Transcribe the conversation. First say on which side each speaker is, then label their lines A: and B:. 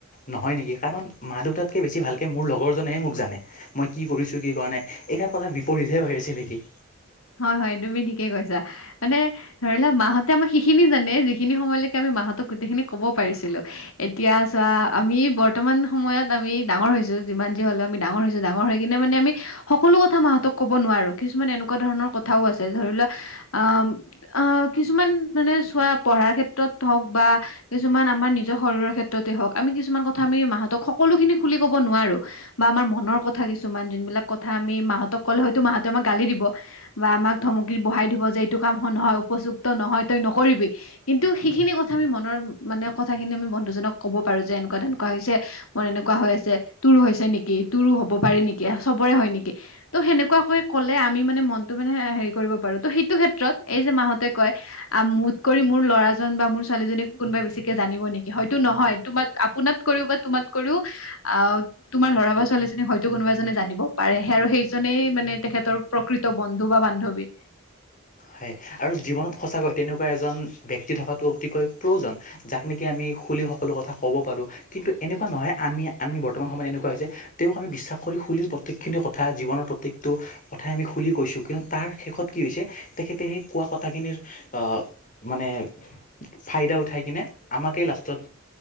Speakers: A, on the left (about 40°); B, on the left (about 85°).
A: নহয় নেকি কাৰণ মা দেউতাতকে বেছি ভালকে মোৰ লগৰজনেহে মোক জানে মই কি কৰিছো কি কৰা নাই এইষাৰ কথা বিপৰীতহে হৈ আছে নিকি
B: হয় হয় তুমি ঠিকেই কৈছা মানে ধৰিলোৱা মাহঁতে আমাক সিখিনি জানে যিখিনি সময়লৈকে আমি মাহতক গোটেইখিনি কব পাৰিছিলো এতিয়া চোৱা আমি বৰ ৰ্তমান সময়ত আমি ডাঙৰ হৈছোঁ যিমান যি হ'লেও আমি ডাঙৰ হৈছো ডাঙৰ কিনে মানে আমি সকলো কথা মাহতক কব নোৱাৰো কিছুমান এনেকুৱা ধৰণৰ কথাও আছে ধৰি লোৱা আম আ কিছুমান মানে চোৱা পঢ়াৰ ক্ষেত্ৰত হওক বা কিছুমান আমাৰ নিজ শৰীৰৰ ক্ষেত্ৰতে হওক আমি কিছুমান কথ থা আমি মাহতক সকলো খিনি খুলি ক'ব নোৱাৰো বা আমাৰ মনৰ কথা কিছ ছুমান যোনিলাক কথা আমি মাহতক ক'লে হয়তো মাহঁতে আমাক গালি দিব বা আমাক ধমকিত বহাই দিব যে এইটো কাম নহয় উপযুক্ত নহয় তই নকৰিবি কিন্তু সেইখিনি কথা আমি মনৰ মানে কথাখিনি আমি বন্ধুজনক পাৰো যে এনেকুৱা তেনেকুৱা হৈছে মোৰ এনেকুৱা হৈ আছে তোৰো হৈছে নেকি তোৰো হব পাৰে নেকি আ চবৰে হয় নেকি ত' সেনেকুৱাকৈ ক'লে আম মি মানে মনটো মানে হেৰি কৰিব পাৰো ত সেইটো ক্ষেত্ৰত এই যে মাহতে কয় আ মোত কৰি মোৰ ল'ৰাজন বা মোৰ ছোৱালীজনীক কোনোবাই বেছিকে জানিব নেকি হয়তো নহয় তোমাক আপোনাত কৰিও বা তোমাত কৰিও আহ তোমাৰ লৰা বা ছোৱালীজনী হয়তো কোনোবা এজনে জানিব পাৰে হে আৰু সেইজনেই মানে তেখেতৰ প্ৰকৃত বন্ধু বা বান্ধৱী
A: হয় আৰু জীৱনত সঁচাকৈ তেনেকুৱা এজন ব্যক্তি থকাটো অতিকৈ প্ৰউজন যাক নেকি আমি খুলি সকলো কথা পাৰোঁ কিন্তু এনেকুৱা নহয় আমি আমি বৰ্তমান সময়ত এনেকুৱা হৈ যে তেওঁক আমি বিশ্বাস কৰি খোলিৰ প্ৰতেইকখিনি কথা জীৱনৰ প্ৰত্যেকটো কথাই আমি খুলি কৈছো কিন্তু তাৰ শেষত কি হৈছে তেখেতে সেই কোৱা কথাখিনিৰ অ মানে ফাইদা উঠাই কিনে আমাকেই লাষ্টত